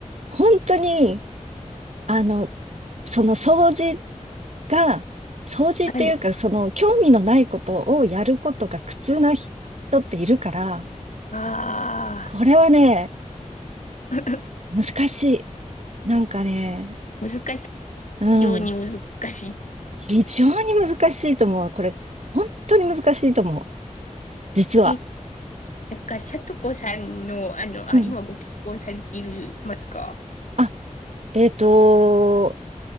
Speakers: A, on the right; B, on the left.
A: 本当に、あの、その掃除が、掃除っていうか、
B: はい。
A: その興味のないことをやることが苦痛な人っているから、
B: ああ、
A: これはね、
B: <laughs>
A: 難しい。なんかね、
B: 難しい。
A: うん、
B: 非常に難しい。
A: 非常に難しいと思う。これ、本当に難しいと思う。実は。
B: え、なんか、さとこさんの、あの、あ、
A: うん。
B: 今ご結婚されているますか
A: あ、えっと、